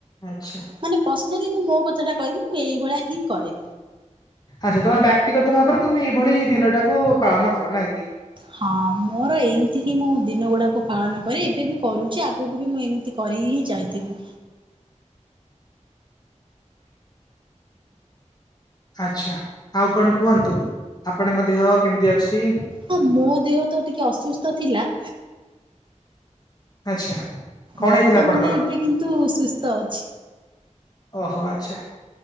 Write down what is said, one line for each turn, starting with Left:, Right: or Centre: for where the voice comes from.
Left: ଆଚ୍ଛା।
Right: ମାନେ ପର୍ସନାଲି ମୁଁ ମୋ କଥାଟା କହିବି ମୁଁ ଏଇଭଳିଆ ହିଁ କରେ।
Left: ଆଚ୍ଛା ତମେ ବ୍ୟାକ୍ତିଗତ ଭାବରେ ତମେ ଏଇଭଳି ଦିନ ଟାକୁ ପାଳନ କର ନାଇଁ କି?
Right: ହଁ ମୋର ଏଇ ଏତିକି ମୁଁ ଦିନ ଗୁଡାକ ପାଳନ କରେ ଏବେ ବି କରୁଚି ଆଗକୁ ବି ମୁଁ ଏମିତି କରି ହିଁ ଚାଲିଥିବି।
Left: ଆଛା ଆଉ କଣ କୁହନ୍ତୁ ଆପଣଙ୍କ ଦେହ କେମିତି ଅଛି?
Right: ହଁ ମୋ ଦେହ ତ ଟିକେ ଅସୁସ୍ଥ ଥିଲା
Left: ଆଚ୍ଛା କଣ
Right: ବର୍ତ୍ତମାନ
Left: ହେଇଥିଲା ଆପଣଙ୍କର
Right: ଏବେ କିନ୍ତୁ ସୁସ୍ଥ ଅଛି।
Left: ଓହୋ ଆଚ୍ଛା।